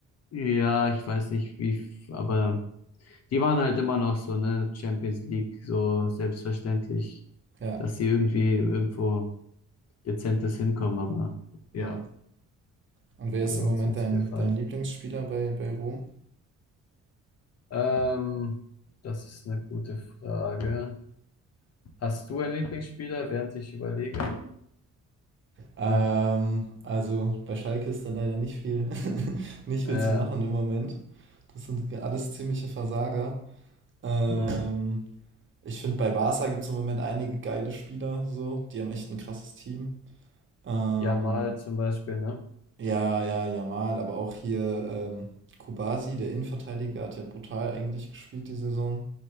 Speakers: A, on the left; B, on the right.
A: ja, ich weiß nicht wie, f- aber die waren halt immer noch so, ne, Champions League so selbstverständlich,
B: Ja.
A: dass sie irgendwie irgendwo dezentes Hinkommen, aber ja,
B: ja. Und wer
A: gegen
B: ist im
A: uns
B: Moment
A: sind
B: dein,
A: sie gefallen.
B: dein Lieblingsspieler bei, bei Rom?
A: Ähm, das ist eine gute Frage. Hast du einen Lieblingsspieler, während ich überlege?
B: Ähm,
A: Hm.
B: also bei Schalke ist da leider nicht viel, <laughs> nicht
A: Ja,
B: viel zu machen im Moment. Das sind alles ziemliche Versager. Ähm,
A: hm.
B: Ich finde, bei Barca gibt es im Moment einige geile Spieler, so. Die haben echt ein krasses Team. Ähm,
A: Jamal zum Beispiel, ne?
B: ja, ja, Jamal, aber auch hier ähm, Kubasi, der Innenverteidiger, hat ja brutal eigentlich gespielt die Saison.